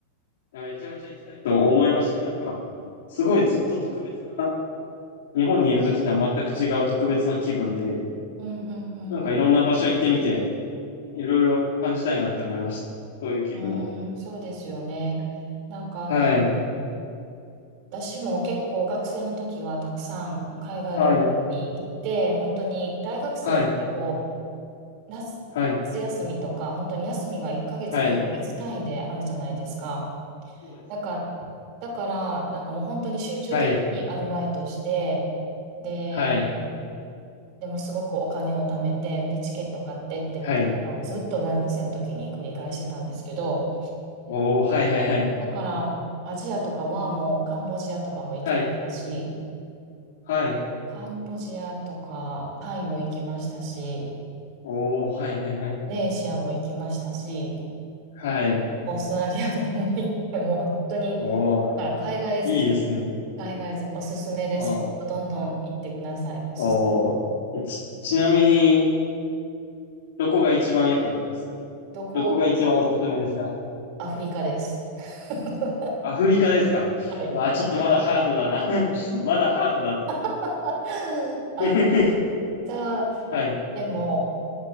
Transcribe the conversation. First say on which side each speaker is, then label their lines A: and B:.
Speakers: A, on the left; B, on the right.
A: めちゃめちゃ行きたいと思いましたね。なんか、すごいずっと特別な、日本にいる時とは全く違う特別な気分で、
B: うん、うん、う
A: なんかいろんな場所行ってみて、いろいろ感じたいなって思いましたねそういう気分を。
B: ん。うん、そうですよね。なんかあの、
A: はい。
B: 私も結構学生の時はたくさん海外旅行に行って、
A: はい。
B: 本当に大学生ってこ
A: はい。
B: う夏、
A: はい。
B: 夏休みとか、本当に休みが1ヶ月、
A: はい。
B: 2ヶ月単位であるじゃないですか。
A: そうですね。
B: だから、
A: はい。
B: だからなんかもう本当に集中的にアルバイトして、
A: はい、
B: で、
A: はい、
B: でもすごくお金を貯めて、で、チケット買ってってみたいなのをずっと大学生の時に繰り返してたんですけど、
A: はい。おー、はい、はい、はい。
B: だからアジアとかはもうカンボジアとかも行きましたし、
A: はい、はい。
B: カンボジアとか、タイも行きましたし、
A: おー、はい、はい、はい。
B: マレーシアも行きましたし、
A: はい。
B: オーストラリアとかも行って、もう本当に、
A: おー、
B: だから海外好き、
A: いいですね。
B: 海外好き、おすすめです。
A: あー、
B: どんどん行ってください。おすす、
A: おー。えち、ちなみに、どこが一番良かったですか
B: どこ、
A: どこが一番おすすめですか
B: アフリカです。<laughs>
A: アフリカですかわあ、
B: はい。
A: ちょっとまだハードだな。<laughs> まだハードだ。
B: <laughs> あの、
A: <laughs>
B: じゃあ、
A: はい、
B: でも、